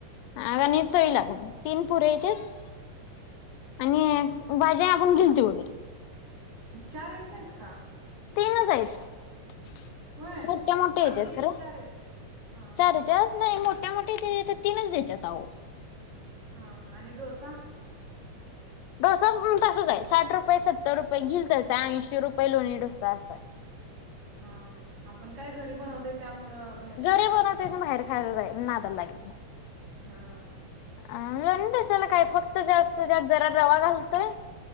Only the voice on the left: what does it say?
अगं आणि चवीला
पण तीन पुऱ्या येत्यात आणि भाजी आपण घेईल तेवढी.
तीनच हायीत
मोठ्या-मोठ्या
येत्यात
खरं.
चार येत्यात नाही मोठ मोठ्या मोठ्या इथं तीनच देत्यात आओ.
डोसा तसच हाय साठ रुपय, सत्तर रुपय घिल तसं हाय. ऐंशी रुपय लोणी डोसा असाय.
घरी बनवतोय
आणि बाहेर
खायला <unintelligible>
आ लोणी डोसाला काय? फक्त जास्त त्यात जरा रवा घालतोय.